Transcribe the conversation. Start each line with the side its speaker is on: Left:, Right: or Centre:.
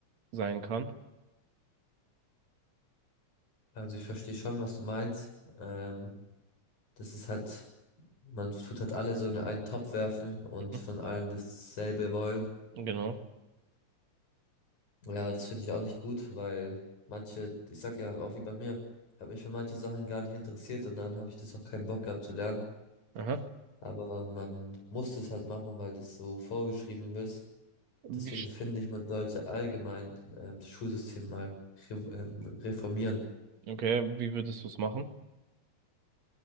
Right: sein kann?
Left: Also ich verstehe schon, was du meinst. Ähm, das ist halt Man tut halt alle so in einen Topf werfen und
Right: Mhm.
Left: von allen dasselbe wollen.
Right: Genau.
Left: Ja, das finde ich auch nicht gut, weil manche, ich sag ja auch wie bei mir, ich habe mich für manche Sachen gar nicht interessiert und dann habe ich das auch keinen Bock gehabt zu lernen.
Right: Aha.
Left: Aber man muss es halt machen, weil das so vorgeschrieben ist.
Right: Wie,
Left: Deswegen
Right: sch-
Left: finde ich, man sollte allgemein ähm, das Schulsystem mal re ähm, reformieren.
Right: okay, wie würdest du es machen?